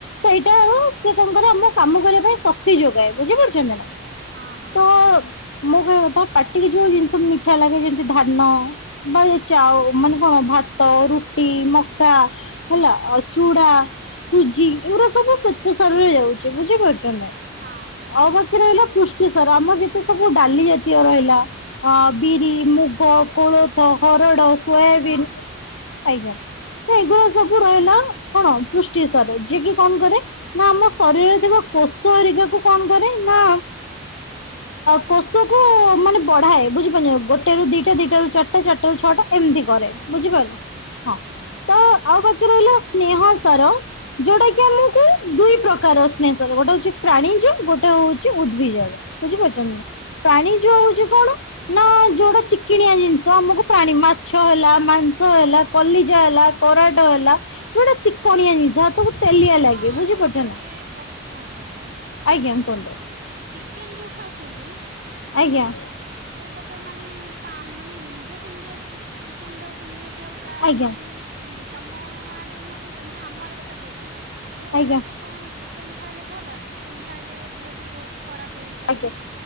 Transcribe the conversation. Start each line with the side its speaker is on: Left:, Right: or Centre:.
Left: ସେଇଟାରୁ ସେ କଣ କରେ, ଆମ କାମ କରିବା ପାଇଁ ଶକ୍ତି ଯୋଗାଏ। ବୁଝି ପାରୁଛନ୍ତି ନା?
Right: ହଁ-ହଁ।
Left: ତ
Right: ବୁଝିପାରୁୁଚି।
Left: ମୋ କହିବା କଥା ପାଟିକି ଯୋଉ ଜିନିଷ ମିଠା ଲାଗେ। ଯେମିତି ଧାନ, ନ ଚା ମାନେ କଣ ଭାତ, ରୁଟି, ମକା, ହେଲା? ଆଉ ଚୁଡ଼ା, ସୁଜି, ଏଗୁଡା ସବୁ ସେତ ସାରରେ ଯାଉଚି। ବୁଝିପାରୁଛନ୍ତି?
Right: ହଁ ହଁ
Left: ଆଉ ବାକି କି ରହିଲା ପୃଷ୍ଟିସାର। ଆମର ଯେତେ ସବୁ ଡାଲି ଜାତୀୟ ରହିଲା ଅ ବିରି, ମୁଗ, କୋଳଥ, ହରଡ, ସୋୟାବିନ୍,
Right: ହଡର ହଁ
Left: ତ ଏଗୁଡା ସବୁ ରହିଲା କଣ, ପୃଷ୍ଟି ସାର ଜି ଯିଏ କି କଣ କରେ ନା ଆମ ଶରୀରରେ ଥିବା କୋଷ ଏରିକା କ କଣ କରେ ନା କୋଷକୁ ମାନେ ବଢାଏ। ବୁଝିପାରୁଛନ୍ତି? ଗୋଟେ ରୁ ଦିଟା
Right: ହଁ
Left: ଦିଟା
Right: ହଁ
Left: ରୁ ଚାରିଟା ଚାରିଟା ରୁ ଛଅଟା। ଏମିତି
Right: ସେଟର
Left: କରେ।
Right: ଛଅଟା
Left: ବୁଝିପାରିଲେ?
Right: ହଁ
Left: ହଁ, ତ ଆଉ ବାକି ରହିଲା ସ୍ନେହ ସାର ଯୋଉଟା କି ଆମକୁ ଦୁଇ ପ୍ରକାର ସ୍ନେହ ସାର। ଗୋଟେ ହଉଛି ପ୍ରାଣୀଯ୍ୟ ଗୋଟେ ହଉଛି ଉଦ୍ଭିଜୟ। ବୁଝିପାରୁଚନ୍ତି ନା? ପ୍ରାଣୀଯ୍ୟ
Right: ହଁ ହଁ
Left: ଯୋଉ ହଉଛି କଣ? ନା ଯୋଉଟା ଚିକିଣିଆ ଜିନିଷ। ଆମକୁ ପ୍ରାଣୀ ମାଛ ହେଲା, ମାଂସ ହେଲା, କଲିଜା ହେଲା, କରାଟ ହେଲା। ଯୋଉଟା ଚିକଣିଆ ଜିନିଷ ହାତକୁ ତେଲିଆ ଲାଗେ
Right: ହଁ,
Left: ବୁଝିପାରୁଛ
Right: ଏଇଠି ଗୋଟେ
Left: ନା
Right: ପ୍ରଶ୍ନ ଅଛି ମୋର।
Left: ଆଜ୍ଞା କୁହନ୍ତୁ
Right: ଚିକେନ ଯୋଉ ଖାଉଛନ୍ତି
Left: ଆଜ୍ଞା?
Right: ସେ ସେଇଟା ତ ମାନେ ପା ମାନେ ଇଞ୍ଜେକ୍ସନ ଦିଆ ଚିକ ଚିକେନ ଦଉସନ୍ତି ଦେଖିବା ପ୍ରାୟ
Left: ଆଜ୍ଞା
Right: ମାନେ ତମ ଆଡେ ନ ଦେଇ ପାରନ୍ତି। ଆମ ଆଡେ କଥା କହୁଚି। ସେଇରାକୁ
Left: ଆଜ୍ଞା ଆଜ୍ଞା
Right: କଣ ଚିକେନ ଖାଇଲେ ଭଲ? ଚିକେନ ଖାଇଲେ ଦିହ ବି ବହୁତ ଖରାପ ହୋଇପାରେ।
Left: ଆଜ୍ଞା